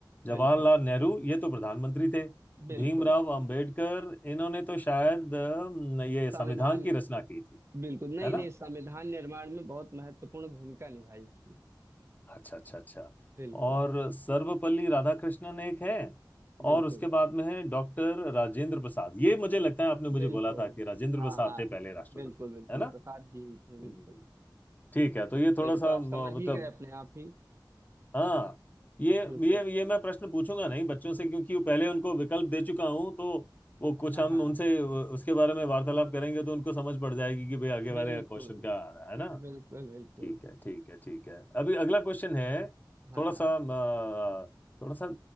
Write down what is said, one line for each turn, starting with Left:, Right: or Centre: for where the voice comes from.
Left: जवाहरलाल
Right: बिल्कुल
Left: नेहरू ये तो प्रधानमंत्री थे
Right: बिल्कुल
Left: भीमराव अंबेडकर इन्होंने तो शायद अम, ये संविधान
Right: संविधान
Left: की रचना की थी
Right: बिल्कुल नहीं
Left: है ना
Right: नहीं संविधान निर्माण में बहुत महत्वपूर्ण भूमिका निभाई थी
Left: अच्छा अच्छा अच्छा
Right: बिल्कुल
Left: और सर्वपल्ली राधाकृष्णन एक है
Right: बिल्कुल
Left: और उसके बाद में है डॉक्टर राजेंद्र प्रसाद ये मुझे लगता है आपने मुझे
Right: बिल्कुल
Left: बोला था कि राजेंद्र
Right: हाँ
Left: प्रसाद
Right: हाँ
Left: थे पहले राष्ट्रपति
Right: बिल्कुल बिल्कुल
Left: है ना
Right: प्रसाद जी ही थे बिल्कुल
Left: हम्म, ठीक है तो ये
Right: तो
Left: थोड़ा
Right: ये
Left: सा
Right: तो आप
Left: म,
Right: समझ
Left: मतलब
Right: ही गए अपने आप ही
Left: हाँ ये
Right: बिल्कुल
Left: ये ये मैं प्रश्न पूछूंगा नहीं बच्चों से क्योंकि वो पहले उनको विकल्प दे चुका हूं तो वो कुछ
Right: हाँ
Left: हम
Right: हाँ
Left: उनसे उसके बारे में वार्तालाप करेंगे तो उनको समझ पड़ जाएगी कि भाई आगे वाले
Right: बिल्कुल
Left: क्वेश्चन क्या आ रहा है ना
Right: बिल्कुल बिल्कुल
Left: ठीक है ठीक है ठीक है अभी अगला क्वेश्चन है
Right: हाँ
Left: थोड़ा
Right: हाँ
Left: सा अ, थोड़ा सा अ,